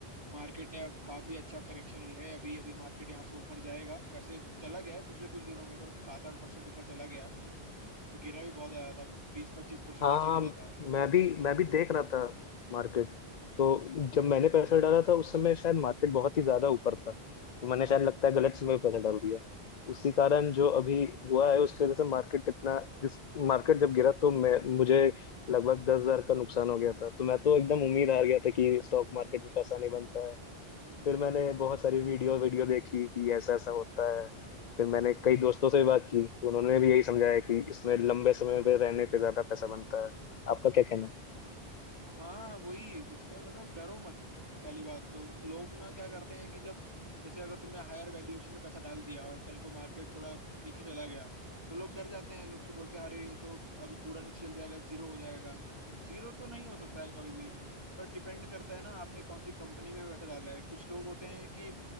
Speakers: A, on the right; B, on the left.
A: मार्केट ने काफी अच्छा करेक्शन लिया है अभी अभी मार्केट यहाँ से ऊपर जाएगा वैसे चला गया है पिछले कुछ दिनों में तो सात आठ परसेंट ऊपर चला गया वैसे गिरा भी बहुत आया था बीस पच्चीस परसेंट
B: हाँ
A: नीचे
B: हाँ
A: गिरा था
B: मैं भी मैं भी देख रहा था मार्केट तो जब मैंने पैसा डाला था उस समय शायद मार्केट बहुत ही ज्यादा ऊपर था तो मैंने
A: हाँ
B: शायद लगता है गलत समय पे पैसा डाल दिया उसी कारण जो अभी हुआ है उसके वजह से मार्केट इतना जिस मार्केट जब गिरा तो मैं मुझे लगभग दस हजार का नुकसान हो गया था तो मैं तो एकदम उम्मीद हार गया था कि स्टॉक मार्केट में पैसा नहीं बनता
A: हम्म।
B: फिर मैंने बहुत सारी वीडियो वीडियो देखी कि ऐसा ऐसा होता है फिर मैंने कई दोस्तों से भी बात की उन्होंने भी यही समझाया कि इसमें लंबे समय पे रहने पे ज्यादा पैसा बनता है आपका क्या कहना है
A: हाँ वही इसमें मतलब डरो मत पहली बात तो लोग ना क्या करते हैं कि जब जैसे अगर तुमने हायर वैल्यूएशन में पैसा डाल दिया और कल को मार्केट थोड़ा नीचे चला गया तो लोग डर जाते हैं लोग की बोलते हैं अरे ये तो अभी पूरा नीचे चल जाएगा जीरो हो जाएगा जीरो तो नहीं हो सकता है कभी भी पर डिपेंड करता है ना आपने कौन सी कंपनी में पैसा डाला है कुछ लोग होते हैं कि